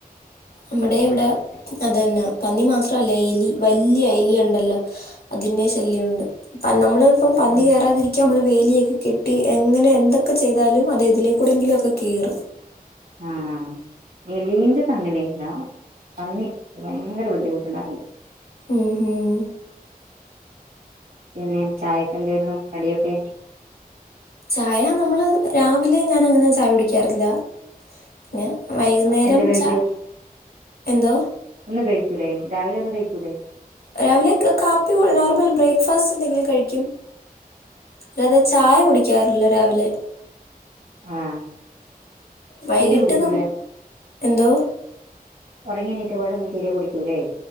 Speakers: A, on the left (about 80°); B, on the right (about 75°).
A: നമ്മുടെ ഇവിടെ അതെന്നാ പന്നി മാത്രല്ല എലി വല്ല്യ എലി ഒണ്ടല്ലോ? അതിന്റെ ശല്യുണ്ട് അപ്പ നമ്മള് ഇപ്പം പന്നി
B: ആ
A: കേറാതിരി ക്കാൻ നമ്മള് വേലിയൊക്കെ കെട്ടി എങ്ങനെ എന്തൊക്കെ ചെയ്താലും അത് എതിലേക്കൂടെങ്കിലും ഒക്കെ കേറും.
B: ആഹ് എലീന്റെത് അങ്ങനെ ഇല്ല പന്നി ഭയങ്കര ബുദ്ധിമുട്ട്ണ്ടാക്കുന്നു
A: ഉം ഉം.
B: പിന്നെ ചായെക്കെ എന്തേരുന്നു കടിയൊക്കെ?
A: ചായ നമ്മള് രാവിലെ ഞാൻ അങ്ങനെ ചായ കുടിക്കാറില്ല പിന്നെ. വൈകുന്നേരം
B: എന്ത് കഴിക്കൂ
A: ചാ എന്തോ?
B: ഒന്നും കഴിക്കൂലേ? രാവിലെ ഒന്നും കഴിക്കൂല്ലേ?
A: രാവിലെ കാ കാപ്പിയോ നോർമൽ ബ്രേക്ക്ഫാസ്റ്റ് എന്തെങ്കിലും കഴിക്കും. അല്ലാതെ ചായ കുടിക്കാറില്ല രാവിലെ.
B: ആഹ്
A: വൈകിട്ട്
B: തീരെ കുടിക്കൂലേ?
A: ന എന്തോ
B: ഉറങ്ങി എണീറ്റപാടൊന്നും തീരെ കുടിക്കൂല്ലേ?